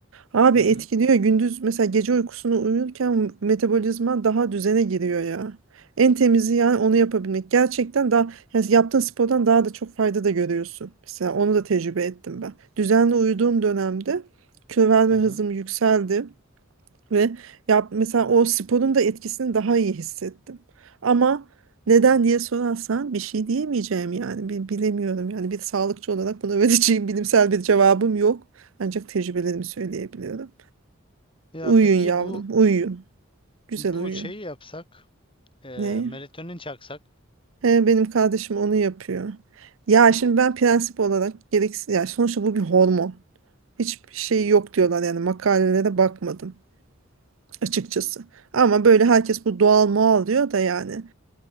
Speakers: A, on the right; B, on the left.
A: Abi
B: Hı hı.
A: etkiliyor. Gündüz mesela gece uykusunu uyurken metabolizma daha düzene giriyor ya. En temizi yani onu yapabilmek. Gerçekten daha yani yaptığın spordan daha da çok fayda da görüyorsun. Mesela onu da tecrübe ettim ben. Düzenli uyuduğum dönemde kilo verme
B: Hı hı.
A: hızım yükseldi ve yap, mesela o sporun da etkisini daha iyi hissettim. Ama neden diye sorarsan bir şey diyemeyeceğim yani Bi- bilemiyorum. Yani bir sağlıkçı olarak buna <laughs> vereceğim bilimsel bir cevabım yok. Ancak tecrübelerimi söyleyebiliyorum.
B: Ya
A: Uyuyun
B: peki
A: yavrum,
B: bu
A: uyuyun. Güzel
B: bu
A: uyuyun.
B: şeyi yapsak, eee,
A: Ne?
B: melatonin çaksak.
A: He, benim kardeşim onu yapıyor. Ya
B: Bu
A: şimdi ben prensip olarak gereksiz ya sonuçta bu bir hormon. Hiçbir şey yok diyorlar yani makalelere bakmadım açıkçası. Ama böyle herkes bu doğal moal diyor da yani.